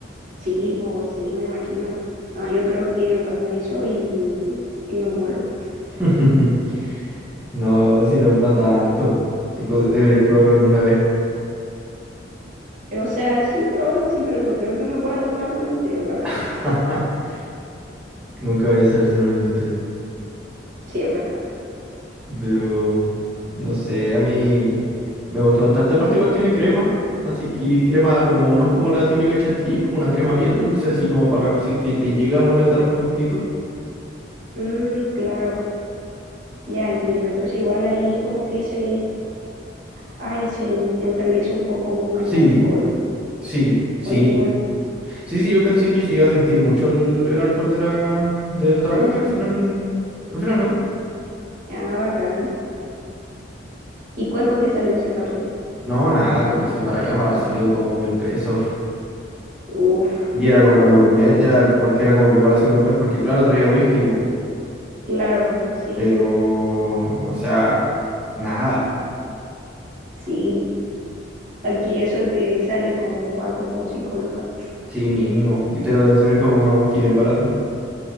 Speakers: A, on the right; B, in the centre.
A: sí, pues sí, me imagino. No, yo creo que me tomo eso y, y me muero.
B: <laughs> No, si no es para tanto. Si deberéis probarlo alguna vez.
A: O sea, sí, probarlo así, pero no creo que me pueda tomar uno entero, la verdad.
B: <laughs> Nunca voy a saber si no lo intentáis.
A: Sí, es verdad.
B: Pero no sé, a mí me gustó bastante. Aparte, igual tiene crema. Así que y crema como no es como la típica chantilly, es como una crema bien dulce, así como para si es que te llega a molestar un poquitito.
A: Mm, claro. Ya entiendo. Entonces igual ahí como que se, ay, se neutraliza un poco como el
B: Sí,
A: alcohol.
B: sí, sí.
A: Bueno, igual.
B: Sí, sí, yo pensé que sí iba a sentir mucho el, el alcohol de la, del trago, pero al final, al final no.
A: Ah, bacán. ¿Y cuánto te salió ese café?
B: No, nada, cuando fui para allá me habrá salido como mil pesos.
A: Uf,
B: Y era
A: <laughs>
B: como gourmet, era porque era como preparación gourmet, porque claro, traía whisky, po.
A: claro, po, sí,
B: Pero, o sea, nada.
A: sí. Aquí eso te sale como cuánto, como cinco lucas.
B: Sí, mínimo. Y te lo deben servir como con un whisky bien barato.